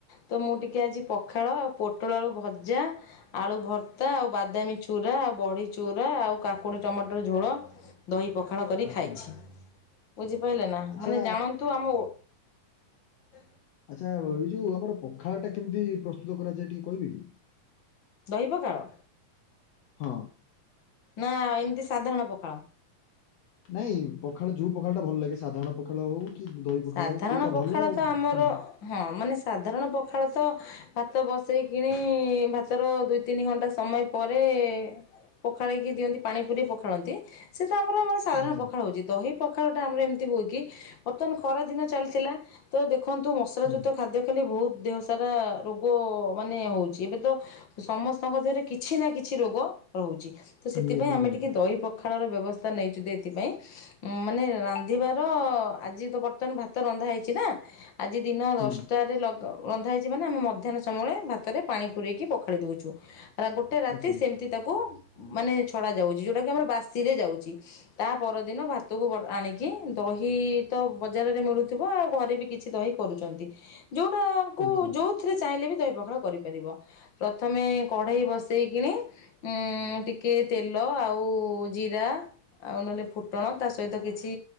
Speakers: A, on the left; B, on the left.
A: ତ ମୁଁ ଟିକେ ଆଜି ପଖାଳ ଆଉ ପୋଟଳ ଆଳୁ ଭଜା ଆଳୁ ଭର୍ତ୍ତା ଆଉ ବାଦାମୀ ଚୁରା ଆଉ ବଢ଼ି ଚୁରା ଆଉ କାକୁଡ଼ି ଟମାଟର ଝୋଳ। ଦହି ପଖାଳ କରି
B: ଆଚ୍ଛା
A: ଖାଇଛି ବୁଝିପାଇଲେ ନା
B: ଆଚ୍ଛା
A: ମାନେ ଜାଣନ୍ତୁ ଆମ ଓ <unintelligible>
B: ଆଚ୍ଛା ଏଇ ଯୋଉ ଆମର ପଖାଳ ଟା କେମିତି ପ୍ରସ୍ତୁତ କରାଯାଏ ଟିକେ କହିବେ କି
A: ଦହି ପାଖାଳ।
B: ହଁ।
A: ନା ଏମିତି ସାଧାରଣ ପଖାଳ।
B: ନାଇଁ ପଖାଳ ଯୋଉ ପଖାଳ ଟା ଭଲ ଲାଗେ ସାଧାରଣ ପଖାଳ ହଉ କି ଦହି ପଖାଳ
A: ସାଧାରଣ
B: ହଉ କୋଉଟା
A: ପଖାଳ
B: ଭଲ ଆଉ
A: ତ ଆମର
B: କେମତି।
A: ହଁ ମାନେ ସାଧାରଣ ପଖାଳ ତ ଭାତ ବସେଇ କିଣି ଭାତର ଦୁଇ ତିନି ଘଣ୍ଟା ସମୟ ପରେ ପଖାଳେଇକି ଦିଅନ୍ତି ପାଣି ପୁରେଇ ପଖାଳନ୍ତି ସେଇଟା ଆମର ମାନେ ସେ ସାଧାରଣ
B: ଆଚ୍ଛା
A: ପଖାଳ ହଉଛି ଦହି ପଖାଳ ଟା ଆମର ଏମିତି ହୁଏ କି ବର୍ତମାନ ଖରା ଦିନ ଚାଲିଥିଲା। ତ ଦେଖନ୍ତୁ ମସଲା
B: ହୁଁ
A: ଯୁକ୍ତ ଖାଦ୍ୟ ଖଲେ ବହୁତ ଦେହ ସାରା ରୋଗ ମାନେ ହଉଛି ଏବେ ତ ସମସ୍ତଙ୍କ ଦେହରେ କିଛି ନା କିଛି ରୋଗ ରହୁଛି ତ ସେଥିପାଇଁ
B: ନିହାତି
A: ଆମେ
B: ନିହାତି
A: ଟିକେ ଦହି ପଖାଳ ର ବ୍ୟବସ୍ଥା ନେଇଛୁ ଯେ ଏଥିପାଇଁ ମାନେ ରାନ୍ଧିବାର ଆଜି ତ ବର୍ତମାନ ଭାତ ରନ୍ଧା ହେଇଛି ନା ଆଜି ଦିନ
B: ହୁଁ
A: ଦଶଟା ରେ ରନ୍ଧା ହେଇଛି ମାନେ ଆମେ ମଧ୍ୟାହ୍ନ ସମୟଳେ ଭାତରେ ପାଣି ପୁରରେଇକି ପଖାଳି ଦଉଛୁ। ହେରା ଗୋଟେ ରାତି
B: ଆଚ୍ଛା
A: ସେମିତି ତାକୁ ମାନେ ଛଡ଼ାଯାଉଛି ଯେଉଁଟାକି ଆମର ବାସିରେ ଯାଉଛି। ତା ପରଦିନ ଭାତକୁ ଆଣିକି ଦହି ତ ବଜାରରେ ମିଳୁଥିବ ଆଉ ଘରେ ବି କିଛି ଦହି କରୁଛନ୍ତି ଯୋଉଟା କୁ
B: ଆଚ୍ଛା
A: ଯୋଉ ସେଥିରେ ଚାହିଁଲେ ବି ଦହି ପଖାଳ କରିପାରିବ ପ୍ରଥମେ କଢେଇ ବସେଇକିନି ଏଁ ଏଁ ଟିକେ ତେଲ ଆଉ ଜିରା ଆଉ ନହେଲେ ଫୁଟଣ ତା ସହିତ କିଛି